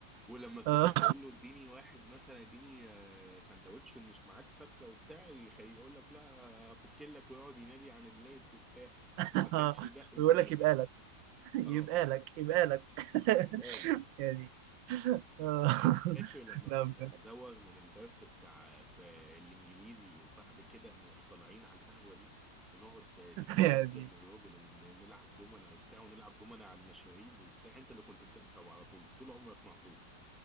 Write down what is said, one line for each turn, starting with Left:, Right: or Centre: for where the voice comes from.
Centre: ولما
Right: <laughs>
Centre: تروح
Right: آه.
Centre: تقول له اديني واحد مثلا اديني آه، سندوتش ومش معاك فكة وبتاع يخ- يقول لك لا افك لك ويقعد ينادي عن اللاس وبتاع
Right: <laughs>
Centre: ما كانش يبقى
Right: ويقول
Centre: جنيه
Right: لك يبقى لك
Centre: <laughs>
Right: يبقى
Centre: اه
Right: لك يبقى لك
Centre: بقالك
Right: <laughs> يعني آه.
Centre: فاكر
Right: <laughs>
Centre: لما
Right: لا
Centre: كنا
Right: بجد
Centre: نزوغ من الدرس بتاع ب- الإنجليزي وبعد كده نروح طالعين على القهوة دي ونقعد نجيب
Right: يعني
Centre: أكل من الراجل ونلعب دومنا وبتاع ونلعب دومنا على المشاريب وبتاع أنت اللي كنت بتكسب على طول طول عمرك محظوظ